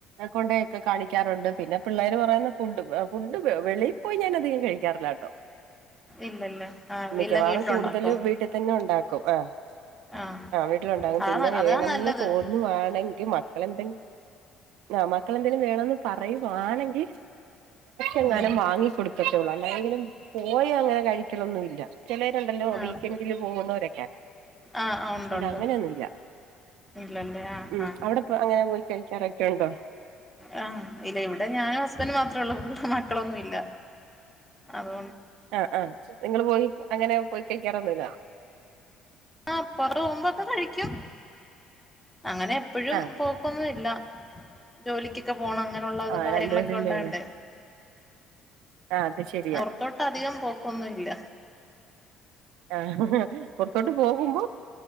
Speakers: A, on the right; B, in the centre.
A: കൊണ്ടായി ഒക്കെ കാണിക്കാറുണ്ട് പിന്നെ പിള്ളേര് പറയുന്ന ഫുഡും ഫുഡും വെളിയിൽ പോയി ഞാനധികം കഴിക്കാറില്ല കേട്ടോ
B: ഇല്ലല്ല ആഹ്
A: മിക്കവാറും
B: എല്ലാം വീട്ടിലുണ്ടാക്കോ
A: കൂടുതൽ വീട്ടിൽ തന്നെ ഉണ്ടാക്കും ആഹ്
B: ആഹ്
A: ആ വീട്ടിലുണ്ടാകും.
B: അതാ
A: പിന്നെ
B: നല്ല
A: വേണംന്ന്
B: അതാ നല്ലത്
A: തോന്നു വാണ മക്കളെന്തെ ആ മക്കൾെന്തെങ്കിലും വേണന്ന് പറയുവാണെങ്കിൽ എങ്ങാന
B: ഉം
A: വാങ്ങിക്കടുക്കത്തേ ഉള്ളൂ അല്ലെങ്കിലും പോയി അങ്ങനെ കഴിക്ക ഒരിക്കലൊന്നുമല്ല ചിലരുണ്ടല്ലോ
B: ആഹ്
A: വീക്കെൻഡില് പോകണ്ടവരൊക്ക
B: ആഹ് ആഹ് ഉണ്ട്
A: ഇതങ്ങനെയൊന്നുമല്ല
B: ഉണ്ട് ഇല്ലല്ലേ ആഹ്
A: ഉ
B: ആഹ്
A: അവിടെ അങ്ങനെ പോയി കഴിക്കാറൊക്കെ ഉണ്ടോ
B: ആഹ് ഇല്ല ഇവിടെ ഞാനും ഹസ്ബൻഡും മാത്രേള്ളൂ <unintelligible> മക്കളൊന്നും ഇല്ല അതൊ
A: ആഹ് ആഹ് നിങ്ങള് പോയി അങ്ങനെ പോയി കഴിക്കാറൊന്നുല്ല
B: ആഹ് പൊറോമ്പൊക്കെ കഴി ഴിക്കും അങ്ങനെ എപ്പോഴും
A: ആഹ്
B: പോക്കൊന്നും ഇല്ല ജോലിക്കൊക്കെ പോണം അങ്ങനെയുള്ള
A: ആഹ്
B: കാര്യങ്ങളൊക്കെ
A: രണ്ടുപേരല്ലേ
B: ഉണ്ടാകണ്ടേ
A: ഉള്ളൂ ആഹ് അത് ശരിയാ
B: പുറത്തോട്ട് അധികം പോക്കൊന്നും ഇല്ല
A: ആഹ് പുറത്തോട്ട് പോകുമ്പോ